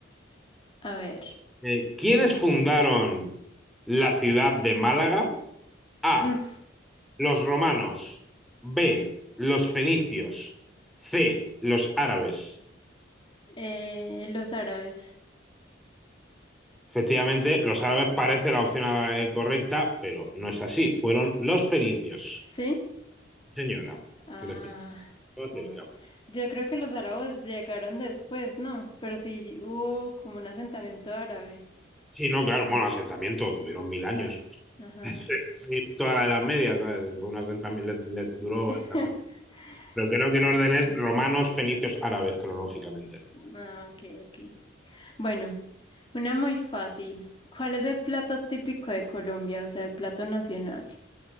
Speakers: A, on the left; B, in the centre.
A: a ver.
B: Eh, ¿quiénes fundaron la ciudad de Málaga? A.
A: Mm,
B: Los romanos. B. Los fenicios. C. Los árabes.
A: eh, los árabes,
B: Efectivamente, los árabes parece la opción eh, correcta, pero no es así. Fueron los fenicios.
A: ¿sí?
B: Sí, Señora,
A: Ah,
B: que les pido acerca.
A: bueno. Yo creo que los árabes llegaron después, ¿no? Pero sí hubo como un asentamiento árabe.
B: Sí, no, claro, bueno, asentamiento, tuvieron mil años.
A: Pues, ajá.
B: Sí, sí, toda la Edad Media, ¿sabes? Fue un asentamiento,
A: Sí.
B: les, les duró.
A: <laughs>
B: el asent- Pero creo
A: Sí.
B: que el orden es romanos, fenicios, árabes, cronológicamente.
A: Ah, ok, ok. Bueno, una muy fácil. ¿Cuál es el plato típico de Colombia? O sea, el plato nacional.